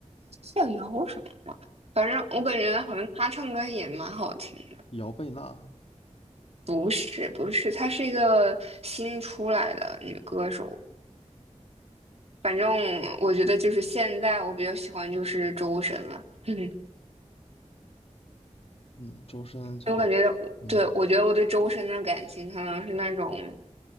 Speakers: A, on the right; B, on the left.
A: 叫姚什么吗？反正我感觉好像她唱歌也蛮好听的。
B: 姚贝娜，
A: 不是不是，她是一个新出来的女歌手。反正我觉得就是现在我比较喜欢就是周深了。<laughs>
B: 嗯，周深还，
A: 我感觉我，
B: 嗯
A: 对，我觉得我对周深的感情可能是那种